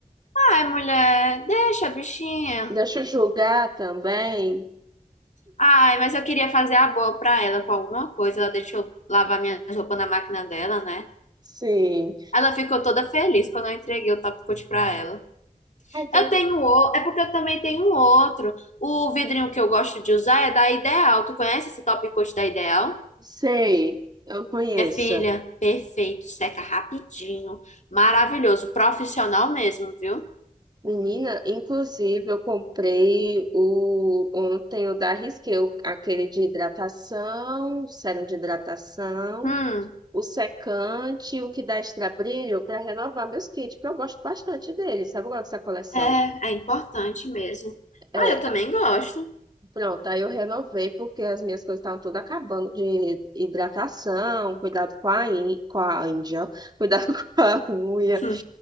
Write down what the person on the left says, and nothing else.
Ai, mulher, deixa, a bichinha.
Ai, mas eu queria fazer a boa pra ela com alguma coisa. Ela deixou lavar minhas roupas na máquina dela, né?
Ela ficou toda feliz quando eu entreguei o top coat pra ela.
Eu tenho o, é porque eu também tenho um outro. O vidrinho que eu gosto de usar é da Ideal. Tu conhece esse top coat da Ideal?
Minha filha, perfeito, seca rapidinho, maravilhoso, profissional mesmo, viu?
Hum,
é, é importante mesmo.
Ah, eu também gosto.
Hum.